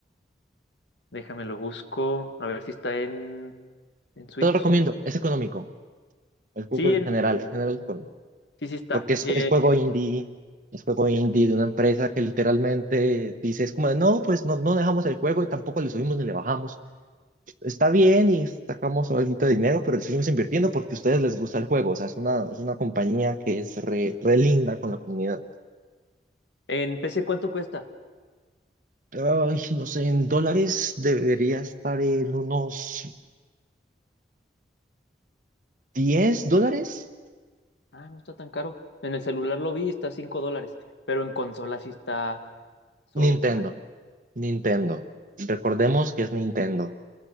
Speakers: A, on the left (about 85°); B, on the right (about 45°).
A: Déjame lo busco, a ver si está en, en Switch.
B: Te lo recomiendo, es económico. El juego
A: Sí,
B: en
A: en-
B: general, en general es económico.
A: sí, sí está.
B: Porque es,
A: Eh,
B: es juego indie, es juego indie de una empresa que literalmente dice, es como de, no, pues no, no dejamos el juego y tampoco le subimos ni le bajamos. Está bien y sacamos algo de dinero, pero le seguimos invirtiendo porque a ustedes les gusta el juego. O sea, es una, es una compañía que es re, re linda con la comunidad.
A: en PC, ¿cuánto cuesta?
B: Ay, no sé, en dólares debería estar en unos 10 dólares.
A: Ah, no está tan caro. En el celular lo vi, está 5 dólares, pero en consola sí está, son...
B: Nintendo. Nintendo. Recordemos que es Nintendo.